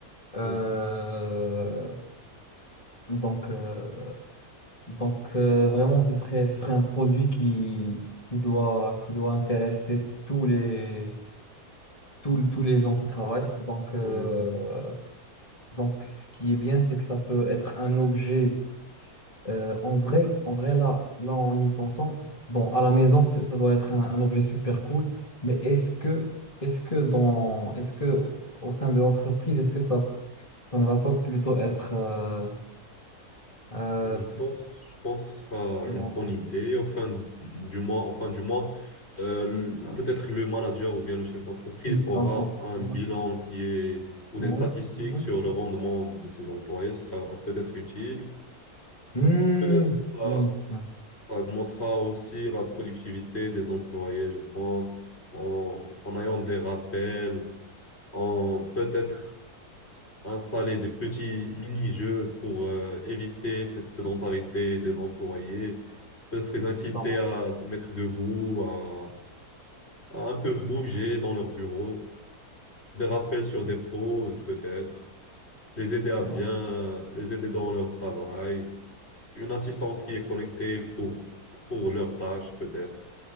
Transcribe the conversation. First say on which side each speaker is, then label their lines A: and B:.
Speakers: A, on the left; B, on the left.
A: Euh,
B: Oui.
A: donc, euh, donc euh, vraiment, ce serait, ce serait un produit qui, qui doit, qui doit intéresser tous les, tous, tous les gens qui travaillent. Donc, euh,
B: Oui, oui.
A: donc, ce qui est bien, c'est que ça peut être un objet Euh, en vrai, en vrai là, là, en y pensant, bon, à la maison, c'est- ça doit être un, un objet super cool, mais est-ce que, est-ce que dans, est-ce que au sein de l'entreprise, est-ce que ça, ça ne va pas plutôt être euh, euh,
B: Je
A: plus
B: pense, je pense que ce sera
A: dérangeant?
B: une bonne idée. Au fin du mois, au fin du mois, euh, le- peut-être le manager ou bien le chef d'entreprise
A: C'est
B: aura
A: pas faux.
B: un
A: Ouais,
B: bilan qui est ou
A: ouais,
B: des statistiques
A: ouais.
B: sur le rendement de ses employés. Ce sera peut-être utile.
A: Hmm,
B: Peut-être ça,
A: hmm, hmm,
B: ça augmentera aussi la productivité des employés, je pense, en, en ayant des rappels, en peut-être. installer des petits mini-jeux pour euh, éviter cette sédentarité des employés, peut-être les inciter
A: pas mal.
B: à se mettre debout, à, à un peu bouger dans leur bureau, des rappels sur des pauses peut-être, les aider à bien,
A: Ouais,
B: les aider dans leur travail, une assistance qui est connectée pour, pour leurs tâches peut-être.